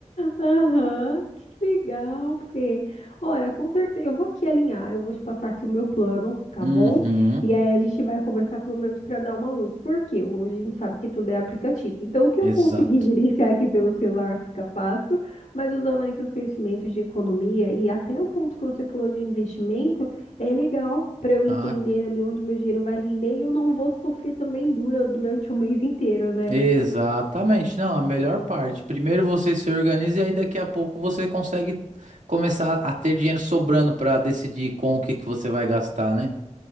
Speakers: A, on the left; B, on the right.
A: Aham, que legal, Fê. Olha, com certeza, eu vou aqui alinhar, eu vou te passar aqui o meu plano, tá
B: Uhum,
A: bom? E aí a gente vai conversar pelo menos para dar uma luz, porque hoje a gente sabe que tudo é aplicativo. Então, o que
B: exato.
A: eu consegui <laughs> gerenciar aqui pelo celular fica fácil, mas usando aí seus conhecimentos de economia e até o ponto que você falou de investimento, é legal para eu entender
B: Ah,
A: ali onde meu dinheiro vai render e eu não vou sofrer também dura durante o mês inteiro, né?
B: Exatamente, não, a melhor parte. Primeiro você se organiza e aí daqui a pouco você consegue começar a ter dinheiro sobrando para decidir com o que que você vai gastar, né?